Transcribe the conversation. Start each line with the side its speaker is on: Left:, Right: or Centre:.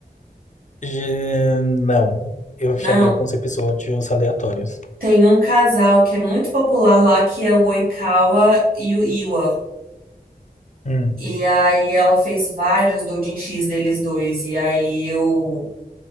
Left: Je- Não, eu
Right: Não.
Left: já vi alguns episódios aleatórios.
Right: Tem um casal que é muito popular lá, que é o Oikawa e o Iwa.
Left: Hum,
Right: E aí ela fez vários doujin X deles dois. E aí eu.